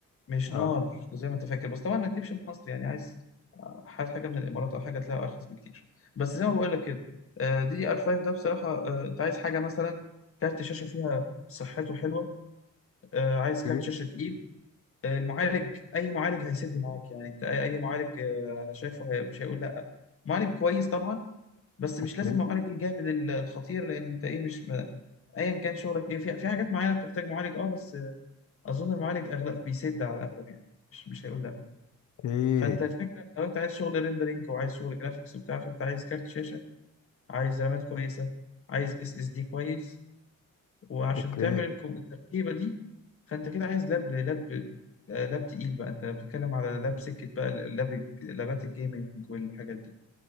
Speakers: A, on the left (about 45°); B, on the left (about 75°).
A: مش
B: اه
A: نار زي ما انت فاكر بس طبعا ما تجيبش من مصر يعني عايز آه، حاجة حاجة من الامارات او حاجة تلاقيها ارخص بكتير بس زي ما بقول لك كده آه، دي دي ار 5 ده بصراحة آه، انت عايز حاجة مثلا كارت شاشة فيها صحته حلوة آه، عايز
B: اوكي
A: كارت شاشة تقيل آه، المعالج اي معالج هيسد معاك يعني انت اي أي معالج آه، انا شايفه هي- مش هيقول لا معالج كويس طبعا بس مش
B: اوكي
A: لازم معالج الجامد ال- الخطير لان انت ايه مش ما- ايا كان شغلك ايه في في حاجات معينة بتحتاج معالج اه بس اظن المعالج اغلب بيسد على الاغلب يعني مش مش هيقول لا
B: اوكي
A: فانت الفكره لو انت عايز شغل ريندرينج وعايز شغل جرافيكس وبتاع فانت عايز كارت شاشه عايز رامات كويسه عايز اس اس دي كويس وعشان
B: اوكي
A: تعمل الكو- التركيبه دي فانت كده عايز لاب لاب لاب تقيل بقى انت بتتكلم على لاب سكه بقى لاب لابات الجيمنج والحاجات دي